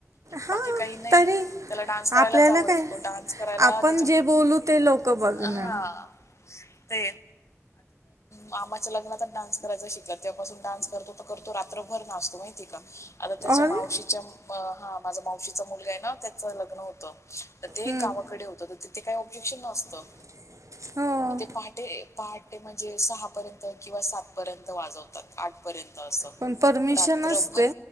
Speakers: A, on the right; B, on the left.
A: हा
B: बाकी काही नाही
A: तरी
B: त्याला डान्स करायलाच
A: आपल्याला
B: आवडतो
A: काय
B: तो डान्स करायला
A: आपण
B: त्याच्या
A: जे बोलू ते लोक तो बघ ना
B: हां ते मामाच्या लग्नातच डान्स करायचा शिकला तेव्हापासून डान्स करतो. तो करतो रात्रभर नाचतो माहिती ये का आता त्याच्या
A: अरे
B: मावशीच्या मग हा माझा मावशीचा मुलगा आहे ना त्याचं लग्न होत तर ते
A: हम्म,
B: गावाकडे होत. तिथे काही ऑब्जेक्शन नसतं.
A: <inaudible> हो
B: मग ते पहाटे पहाट ते म्हणजे सहापर्यंत किंवा सातपर्यंत वाजवतात आठपर्यंत असं
A: पण परमिशन
B: रात्रभर
A: असते